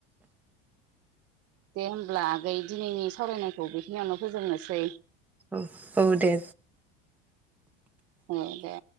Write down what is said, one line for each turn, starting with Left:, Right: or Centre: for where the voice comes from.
Right: दे होमब्ला आगै दिनैनि सावरायनायखौ बेखिनियावनो फोजोबनोसै
Centre: औ औ दे
Right: औ दे